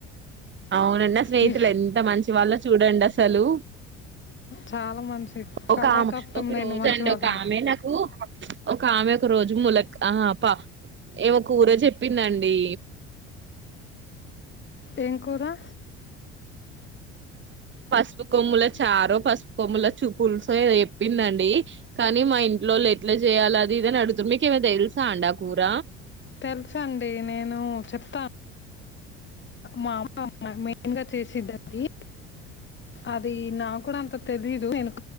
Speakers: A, on the right; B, on the left.
A: అవునండి నా స్నేహితులు
B: మీ
A: ఎంత మంచి వాళ్ళో చూడండి అ అసలు
B: చాలా మంచి కళాకప్తం
A: ఒక ఆమె ఒక
B: లేని
A: రోజ
B: మంచి
A: అండి
B: వాళ్ళండి
A: ఒక ఆమె నాకు ఒక ఆమె ఒక రోజు ములక్ ఆ పా ఏమొ కూర చెప్పిందండి
B: ఎంకురా
A: పసుపు కొమ్ముల చారో పసుపు కొమ్ముల చూపులుసుో చెప్పిందండి కానీ మా ఇంట్లోళ్ళు ఎట్లా చేయాలి అది ఇది అని అడుగుతుంది మీక ఏమ తెలుసాండి అ కూర
B: తెలుసా అండి నేను చెప్తాను మా అమ్మ మెయిన్గా చేసదది అది నాకు కూడా అంత తెలీదును